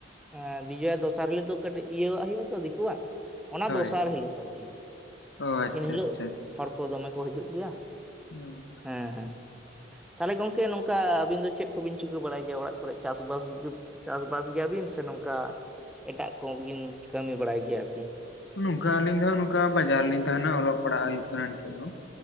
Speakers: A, in the centre; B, on the left (about 70°).
A: ᱦᱮᱸ ᱵᱤᱡᱚᱭᱟ ᱫᱚᱥᱟᱨ ᱦᱤᱞᱳᱜ ᱫᱚ ᱠᱟᱹᱴᱤᱡ ᱤᱭᱟᱹᱣᱟᱜ ᱦᱩᱭᱩᱜᱼᱟ ᱛᱚ ᱫᱤᱠᱩᱣᱟᱜ, ᱚᱱᱟ
B: ᱦᱳᱭ
A: ᱫᱚᱥᱟᱨ ᱦᱤᱞᱳᱜ ᱟᱨᱠᱤ
B: ᱚ ᱟᱪᱪᱷᱟ
A: ᱮᱱ ᱦᱤᱞᱳᱜ
B: ᱟᱪᱪᱷᱟ ᱟᱪᱪᱷᱟ
A: ᱦᱚᱲ ᱠᱚ ᱫᱚᱢᱮ ᱠᱚ ᱦᱤᱡᱩᱜ ᱜᱮᱭᱟ᱾
B: <inaudible>
A: ᱦᱮᱸ ᱦᱮᱸ ᱛᱟᱦᱚᱞᱮ ᱜᱚᱝᱠᱮ ᱱᱚᱝᱠᱟ ᱟᱹᱵᱤᱱ ᱫᱚ ᱪᱮᱫ ᱠᱚᱵᱤᱱ ᱪᱤᱠᱟᱹ ᱵᱟᱲᱟᱭ ᱜᱮᱭᱟ ᱚᱲᱟᱜ ᱠᱚᱨᱮᱫ ᱪᱟᱥᱵᱟᱥ, ᱪᱟᱥᱵᱟᱥ ᱜᱮᱭᱟᱵᱤᱱ ᱥᱮ ᱱᱚᱝᱠᱟ ᱮᱴᱟᱜ ᱠᱚᱵᱤᱱ ᱠᱟᱹᱢᱤ ᱵᱟᱲᱟᱭ ᱜᱮᱭᱟ ᱟᱨᱠᱤ?
B: ᱱᱚᱝᱠᱟ ᱟᱹᱞᱤᱧ ᱫᱚᱦ ᱱᱚᱝᱠᱟ ᱵᱟᱡᱟᱨ ᱨᱮᱞᱤᱤᱧ ᱛᱟᱦᱮᱱᱟ ᱚᱞᱚᱜ ᱯᱟᱲᱦᱟᱜ ᱦᱩᱭᱩᱜ ᱠᱟᱱᱟ ᱱᱤᱛᱚᱜ ᱫᱚ᱾